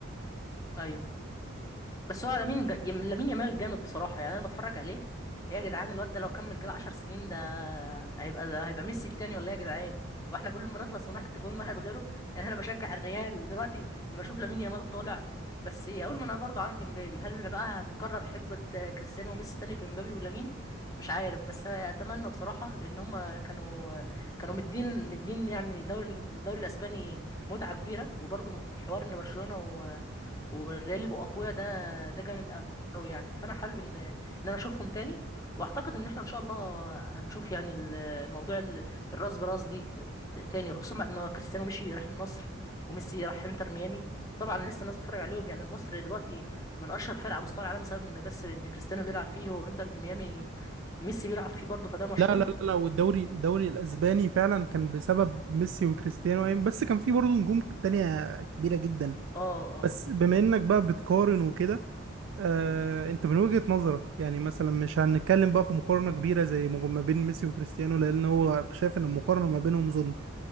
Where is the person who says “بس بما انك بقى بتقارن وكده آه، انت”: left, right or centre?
Right